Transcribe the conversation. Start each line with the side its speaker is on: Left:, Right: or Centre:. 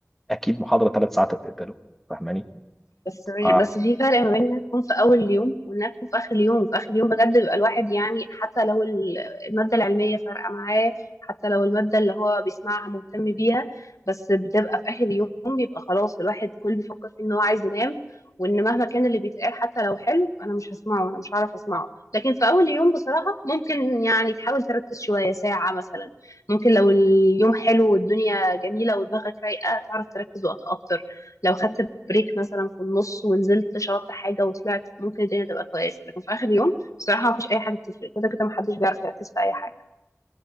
Centre: أكيد محاضرة ثلاث ساعات هتقتله فاهماني؟
Left: بس
Centre: ف-
Left: بس في فرق ما بين انها تكون في اول اليوم وانها تكون في اخر اليوم في اخر اليوم بجد بيبقى الواحد يعني حتى لو ال- الماده العلميه فارقه معاه حتى لو الماده اللي هو بيسمعها مهتم بيها بس بتبقى في اخر اليوم بيبقى خلاص الواحد كل بيفكر في ان هو عايز ينام وان مهما كان اللي بيتقال حتى لو حلو انا مش هسمعه انا مش هعرف اسمعه لكن في اول اليوم بصراحه ممكن يعني تحاول تركز شويه ساعه مثلا ممكن لو اليوم حلو والدنيا جميله ودماغك رايقه تعرف تركز وقت اكتر لو خدت بريك مثلا في النص ونزلت شربت حاجه وطلعت ممكن الدنيا تبقى كويسه لكن في اخر يوم بصراحه مفيش اي حاجه بتفرق كده كده محدش بيعرف يركز في اي حاجه